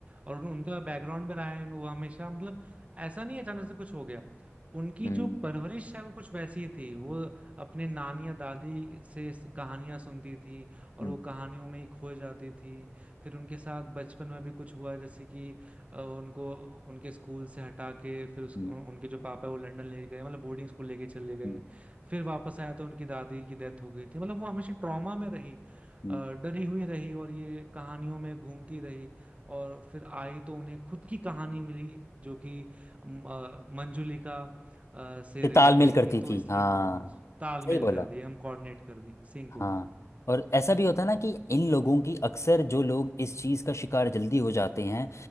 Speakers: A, on the right; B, on the left.
A: और उन, उनका बैकग्राउंड में रहा है वो हमेशा मतलब ऐसा नहीं है अचानक से कुछ हो गया उनकी
B: हम्म,
A: जो परवरिश है वो कुछ वैसी ही थी वो अपने नानी या दादी से स- कहानियां सुनती थी और
B: हम्म,
A: वो कहानियों में ही खो जाती थी फिर उनके साथ बचपन में भी कुछ हुआ जैसे कि अ, उनको उनके स्कूल से हटा के फिर उसके
B: हम्म,
A: उन, उनके जो पापा है वो लंदन ले गए मतलब बोर्डिंग स्कूल लेके चले गए
B: हम्म,
A: फिर वापस आया तो उनकी दादी की डेथ हो गई थी मतलब वो हमेशा ट्रॉमा में रही
B: हम्म।
A: अ, डरी हुई रही और ये कहानियों में घूमती रही और फिर आई तो उन्हें खुद की कहानी मिली जो कि म, अ, मंजुलिका अ, से
B: ये
A: रिलेटेड
B: तालमेल करती
A: थी तो
B: थी
A: इसलिए
B: हाँ
A: वो उनमें से तालमेल
B: सही बोला
A: कर दिए हम कोऑर्डिनेट कर दी सिंक हो
B: हाँ
A: गई
B: और ऐसा भी होता है ना कि इन लोगों की अक्सर जो लोग इस चीज़ का शिकार जल्दी हो जाते हैं